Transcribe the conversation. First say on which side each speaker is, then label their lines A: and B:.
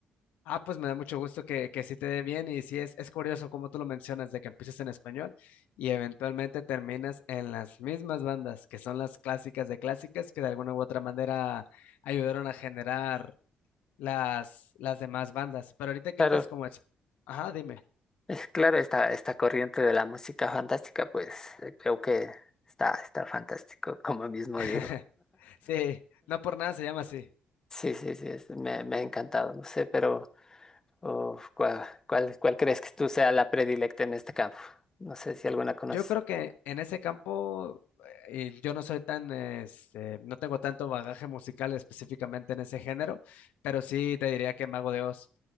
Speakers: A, on the left; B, on the left.
A: Ah, pues me da mucho gusto que, que sí te dé bien y sí es, es curioso como tú lo mencionas de que empieces en español y eventualmente terminas en las mismas bandas que son las clásicas de clásicas que de alguna u otra manera ayudaron a generar las, las demás bandas. Pero ahorita que
B: Claro,
A: andas como... ex- Ajá, dime.
B: <laughs> Es claro, esta, esta corriente de la música fantástica, pues eh, creo que está, está fantástico, <laughs> como mismo
A: <laughs>
B: digo.
A: Sí, no por nada se llama así.
B: Sí, sí, sí, es- me, me ha encantado, no sé, pero oh, ¿cuál, cuál, cuál crees que tú sea la predilecta en este campo? No sé si alguna conoces.
A: Yo creo que en ese campo eh, yo no soy tan, este, no tengo tanto bagaje musical específicamente en ese género, pero sí te diría que Mago de Oz.